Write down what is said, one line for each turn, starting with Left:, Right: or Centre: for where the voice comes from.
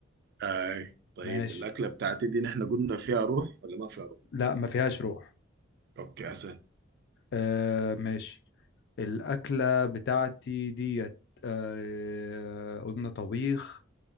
Right: هاي طيب
Left: ماشي
Right: الأكلة بتاعتي دي نحن قلنا فيها روح ولا ما فيها روح؟
Left: لأ ما فيهاش روح
Right: أوكي أسأل
Left: آه ماشي الأكلة بتاعتي ديت آه قلنا طبيخ